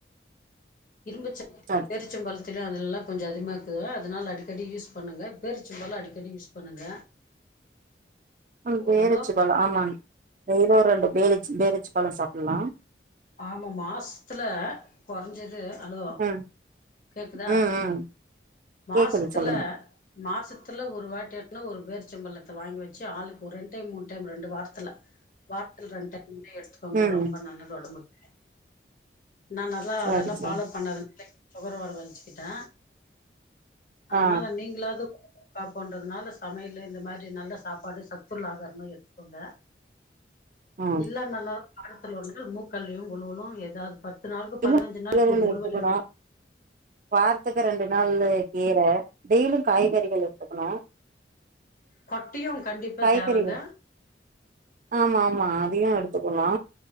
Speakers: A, on the left; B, on the right.
A: இரும்பு சத்து
B: சரி
A: பேரிச்சம்பழம் துல அதிலெல்லா கொஞ்ச அதிகமா இருக்கு அதனால அடிக்கடி யூஸ் பண்ணுங்க பேரிச்சம்பழம் அடிக் கடி யூஸ் பண்ணுங்க
B: ம் பேரச்சி
A: ஒரு ஹலோ
B: பழம் ஆமாங்க டெய்லியு ஒரு ரெண்டு பேரி பேரச்சி பேரிச்சம்பழம் சாப்லா
A: ஆமா மாசத்துல கொறஞ்சது ஹலோ
B: ம்
A: கேக்குதா
B: ம் ம்
A: மாசத்துல
B: கேக்குது சொல்லுங்க
A: மாசத்துல ஒரு வாட்டி ஆனா ஒரு பேர்ச்சம்பழத்த வாங்கி வச்சி ஆளுக்கு ஒரு ரெண்டு டைம் மூணு டைம் ரெண்டு வாரத்துல வாரத்துல ரெண்டு டைம் எடுத்துக்கோங்க
B: ம்
A: ரொம்ப நல்லது ஒடம்புக்கு நா நல்லா
B: சரி
A: அதெல்லா ஃபாலோ
B: சரி
A: பண்ணது சுகர் வர வழிச்சிக்கிட்டே அதனால
B: ஆ
A: நீங்களாது பாப்பேன்றதுனால சமையலு இந்த மாரி நல்ல சாப்பாடு சத்துள்ள ஆகாரமா எடுத்துக்கோங்க
B: ஆ
A: எல்லா நல்லாதா வாரத்துல ஒரு நாள் மூக்கடலையு உலுவலு ஏதாவது பத்து நாளுக்கு
B: இல்ல
A: பதினஞ்சி நாளுக்கு
B: கீரைகள்
A: ஒரு
B: எடுத்துக்கணு
A: உலுவல் எடுத்
B: வாரத்துக்கு ரெண்டு நாள் கீர டெய்லியு காய்கறிகள் எடுத்துக்கணு
A: கட்டியு கண்டிப்பா
B: காய்கறிகள்
A: தேவைங்க
B: ஆமா ஆமா அதயு எடுத்துக்கனு